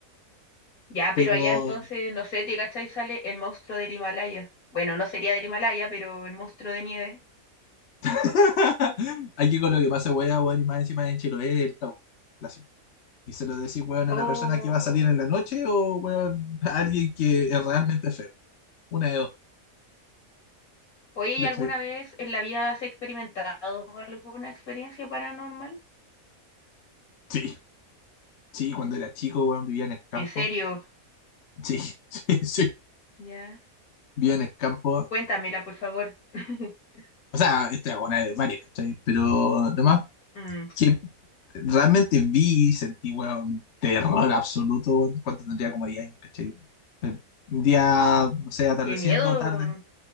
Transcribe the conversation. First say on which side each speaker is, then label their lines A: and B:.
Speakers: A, on the left (about 75°); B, on the left (about 55°).
A: Ya,
B: Pero
A: pero allá entonces, no sé, te cachai, sale el monstruo del Himalaya. Bueno, no sería del Himalaya, pero el monstruo de nieve.
B: <laughs> aquí con lo que pasa, weón, weón, y más encima en Chiloé, el tau. la ciudad. Y se lo decís, weón, a
A: Oh.
B: una persona que va a salir en la noche o, weón, a alguien que es realmente feo. Una de dos.
A: Oye,
B: ¿cachai?
A: ¿y alguna vez en la vida has experimentado alguna experiencia paranormal?
B: Sí, sí, cuando era chico, weón, vivía en el campo.
A: En serio,
B: Sí, <laughs> sí, sí.
A: ya.
B: Vivía en el campo
A: Cuéntamela, por favor. <laughs>
B: O sea, esta es una de varias, ¿cachai? Pero lo más
A: Mm,
B: que realmente vi y sentí, weón, terror absoluto, weón, cuando tendría como 10 años, ¿cachai? Eh, Un día, no sé, atardeciendo,
A: qué miedo.
B: tarde,